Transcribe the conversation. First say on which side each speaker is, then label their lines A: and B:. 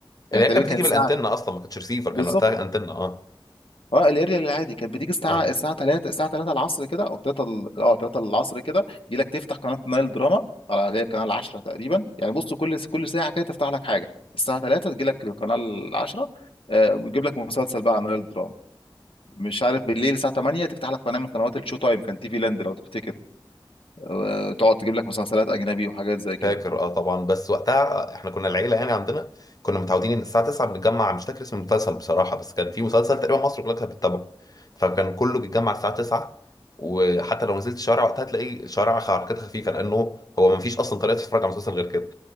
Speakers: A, on the left; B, on the left.
A: يعني
B: اللي
A: تقريبا
B: هي كانت بتيجي
A: كانت
B: بالانتنه
A: ساعه
B: اصلا ما كانتش ريسيفر
A: بالظبط
B: كان وقتها انتنه اه
A: اه الاريال العادي كانت بتيجي الساعه
B: اه
A: الساعه 3 الساعه 3 العصر كده او 3 ال- اه 3 العصر كده يجي لك تفتح قناه نايل دراما اه اللي هي القناه 10 تقريبا يعني بص كل كل ساعه كده تفتح لك حاجه الساعه 3 تجي لك القناه 10 آه بيجيب لك مسلسل بقى عن نايل دراما مش عارف بالليل الساعه 8 تفتح لك قناه من قنوات الشو تايم كان تي في لاند لو تفتكر آه تقعد تجيب لك مسلسلات اجنبي وحاجات زي كده
B: فاكر اه طبعا بس وقتها احنا كنا العيله يعني عندنا كنا متعودين ان الساعه 9 بنتجمع مش فاكر اسم المسلسل بصراحه بس كان في مسلسل تقريبا مصر كلها كانت بتتابعه فكان كله بيتجمع الساعه 9 وحتى لو نزلت الشارع وقتها تلاقي الشارع حركات خفيفه لانه هو ما فيش اصلا طريقه تتفرج على مسلسل غير كده